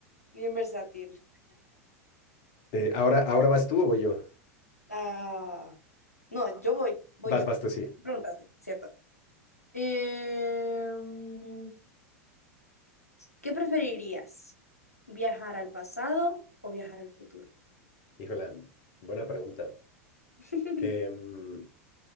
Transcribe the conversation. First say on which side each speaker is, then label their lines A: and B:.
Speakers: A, on the left; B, on the left.
A: bien versátil.
B: Eh, ahora, ahora vas tú o voy yo.
A: Ah, no, yo voy, voy
B: Vas,
A: yo.
B: vas tú, sí.
A: Preguntaste, ¿cierto? Em, ¿Qué preferirías? ¿Viajar al pasado o viajar al futuro?
B: Híjola, buena pregunta.
A: <laughs>
B: Em,